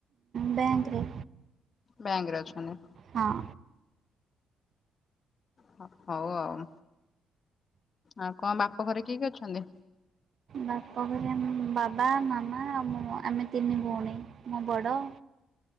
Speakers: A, on the right (about 55°); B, on the left (about 40°).
A: ବ୍ୟାଙ୍କରେ।
B: ବ୍ୟାଙ୍କରେ ଅଛନ୍ତି।
A: ହଁ।
B: ହ ହୋଉ ଆଉ ଆଉ କଣ ବାପଘରେ କିଏ କିଏ ଅଛନ୍ତି।
A: ବାପଘରେ ଆମେ ବାବା, ମାମା, ଆମ ଆମେ ତିନି ଭୋଉଣୀ ମୁଁ ବଡ।